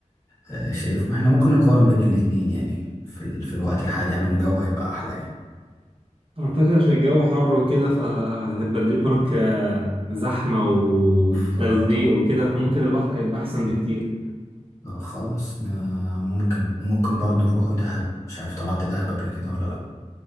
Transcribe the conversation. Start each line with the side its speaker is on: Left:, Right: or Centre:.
Left: آه، شايف ما احنا ممكن نقارن بين الاتنين يعني في, ال... في الوقت الحالي انا الجو هيبقى احلى يعني
Right: أعتقد عشان الجو حر وكده فهتبقى دريب هناك آه، زحمة وتلزيق
Left: فرهضة بقى.
Right: وكده فممكن البحر هيبقى أحسن بكتير
Left: آه خلاص آه ممكن وممكن برضه نروحوا دهب مش عارف طلعت دهب قبل كده ولا لأ